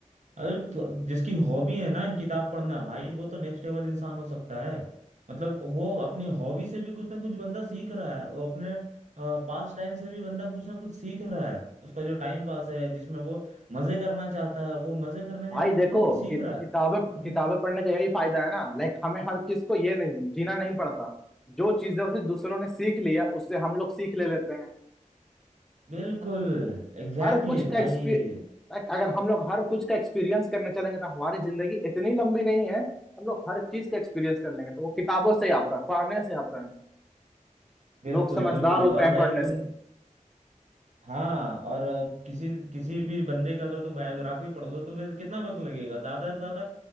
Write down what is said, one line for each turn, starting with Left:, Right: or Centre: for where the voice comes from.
Right: अरे तो जिसकी हॉबी है ना किताब पढ़ना भाई वो तो नेक्स्ट लेवल इंसान हो सकता है मतलब वो अपनी हॉबी से भी कुछ ना कुछ बंदा सीख रहा है वो अपने पास टाइम से भी बंदा कुछ ना कुछ सीख रहा है उसका जो टाइम पास है जिसमें वो मजे करना चाहता है वो मजे करने में
Centre: भाई
Right: भी कुछ
Centre: देखो
Right: ना कुछ
Centre: कि,
Right: सीख
Centre: किताबें
Right: रहा
Centre: किताबें
Right: है
Centre: पढ़ने का यही फायदा है ना लाइक हमें हर चीज को ये नहीं जीना नहीं पड़ता जो चीजें उसे दूसरों ने सीख लिया उससे हम लोग सीख ले लेते हैं
Right: बिल्कुल एग्जैक्टली
Centre: हर कुछ
Right: exactly
Centre: का
Right: भाई
Centre: एक्सपीरियंस अगर हम लोग हर कुछ का एक्सपीरियंस करने चलेंगे तो हमारी जिंदगी इतनी लंबी नहीं है हम लोग हर चीज का एक्सपीरियंस कर लेंगे तो वो किताबों से ही आता है पढ़ने से आता है
Right: बिल्कुल
Centre: लोग समझदार
Right: बिल्कुल
Centre: होते
Right: और
Centre: हैं पढ़ने
Right: भाई
Centre: से
Right: तुम हाँ और अ, किसी किसी भी बंदे का अगर तुम बायोग्राफी पढ़ लो तुम्हें कितना वक्त लगेगा ज्यादा से ज्यादा